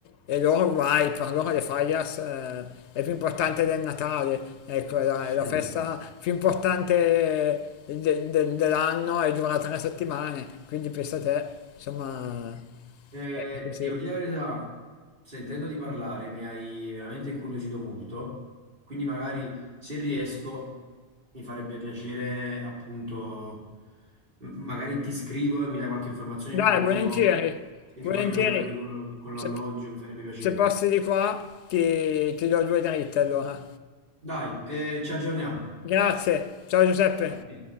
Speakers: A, on the left; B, on the right.
A: e loro vai, per loro le Fallas eh, è più importante del Natale, ecco, è la,
B: <laughs>
A: è la festa più importante de- de- dell'anno e dura tre settimane, quindi pensa te, insomma,
B: Eh,
A: eh, è così.
B: devo dire la verità, sentendoti parlare mi hai veramente incuriosito molto, quindi magari se riesco mi farebbe piacere appunto, m- magari ti scrivo e mi dai qualche informazione
A: Dai,
B: in più,
A: volentieri,
B: se mi
A: volentieri,
B: puoi aiutare pure con, con
A: se,
B: l'alloggio mi farebbe piacere.
A: se passi di qua ti, ti do due dritte allora.
B: Dai, eh, ci aggiorniamo.
A: Grazie, ciao Giuseppe.
B: A te.